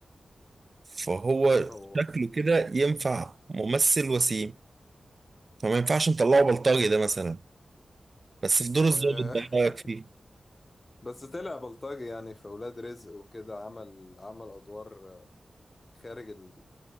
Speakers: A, on the right; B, on the left.
A: فهو
B: هو
A: شكله كده ينفع ممثل وسيم فما ينفعش نطلعه بلطجي ده مثلا بس في دور
B: آه،
A: الظابط ده إيه رأيك
B: <laughs>
A: فيه
B: بس طلع بلطجي يعني في ولاد رزق وكده عمل عمل ادوار خارج ال...